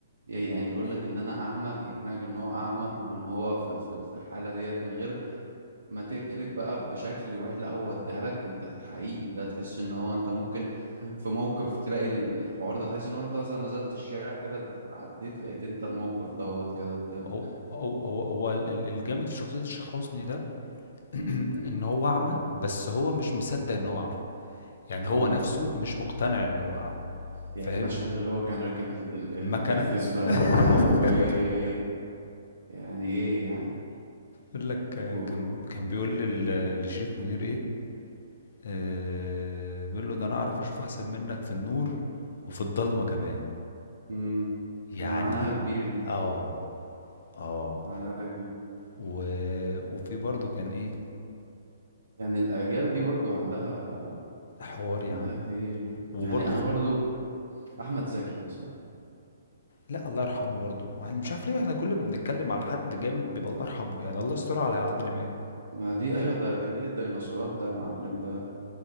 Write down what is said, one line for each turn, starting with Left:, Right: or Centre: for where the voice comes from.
Right: ي- يعني يقولك ان انا اعمى يقنعك ان هو اعمى وان هو في في في الحالة ديت من غير ما تقلب بقى بشكل واحد لا هو اديها لك انت حقيقي ده تحس ان هو انت ممكن في موقف تلاقي ال- الحوار ده تحس ان هو انت مثلا نزلت الشارع كده عديت لقيت انت الموقف دوت كده قدامك
Left: هو هو هو هو ال- ال- الجامد في شخصية الشيخ حسني ده <clears throat>
Right: امم
Left: ان هو اعمى بس هو مش مصدق ان هو اعمى يعني هو
Right: امم
Left: نفسه مش مقتنع ان هو اعمى
Right: يعني
Left: فاهم
Right: مشهد اللي هو كان راكب ال ال ال
Left: المكنة
Right: الفيسبا
Left: <laughs>
Right: ده يا لهوي يعني ايه يعني
Left: يقول لك آه،
Right: اوه
Left: كان كان بيقول لل- لشريف منير ايه آه بيقول له ده انا اعرف اشوف احسن منك في النور وفي الضلمة كمان
Right: امم
Left: يعني
Right: ده معناها كبير دي
Left: اه اه
Right: معناها كبير
Left: و... وفي برضو كان ايه
Right: يعني الاجيال دي برضو عندها
Left: حوار يا
Right: عندها
Left: عم
Right: كتير
Left: وبرضو
Right: يعني انا
Left: في...
Right: برضو احمد زكي مثلا
Left: لأ، الله يرحمه برضه، يعني مش عارف ليه إحنا كل ما بنتكلّم على حد جامد بيبقى الله يرحمه، يعني الله يسترها على عادل إمام،
Right: ما دي ايوه ده ده جيل الديناصورات ده يا معلم ده